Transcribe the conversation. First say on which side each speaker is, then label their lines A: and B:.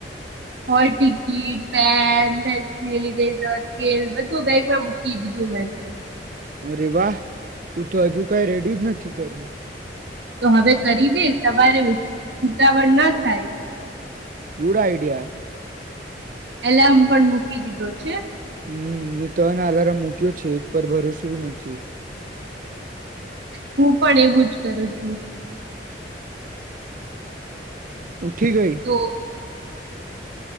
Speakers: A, on the right (about 70°); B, on the right (about 50°).
A: Hall ticket pen pencil eraser scale બધું બેગમાં મૂકી દીધું મેં તો.
B: અરે વાહ, હું તો હજુ કઈ રેડી જ નથી કર્યું.
A: તો હવે કરી દે સવારે ઉતાવળ ના થાય.
B: Good idea.
A: એલાર્મ પણ મૂકી દીધો છે.
B: હમ એ ત્રને આલારમ મૂક્યો છે એક પર ભરોસું નથી.
A: હું પણ એવું જ કરું છું.
B: ઉઠી ગઈ.
A: તો